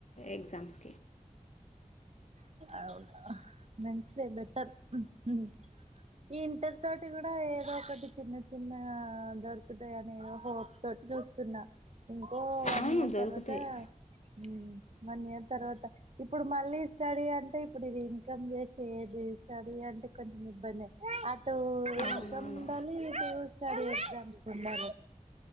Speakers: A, on the left; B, on the right.
A: ఎగ్జామ్స్
B: అవునా మంచిదే బెటర్ మ్మ్ హ్మ్మ్, ఈ ఇంటర్ తోటి కూడా ఏదో ఒకటి చిన్న చ్చి చిన్నా దొరుకుతాయి. అనే హోప్ తోటి జూస్తున్నా, ఇంకో వన్
A: అవును
B: ఇయర్
A: దొరుకుతాయి
B: తర్వాత, హ్మ్మ్ వన్ ఇయర్ తర్వాత ఇప్పుడు మళ్ళీస్ స్టడీ అంటే ఇప్పుడు ఇది ఇన్కమ్ చేసేది. స్టడీ అంటే కొంచెం ఇబ్బందె, అటు
A: అవునవును
B: ఇన్కమ్ ఉండాలి. ఇటు స్టడీ ఎగ్జామ్స్ ఉండాలే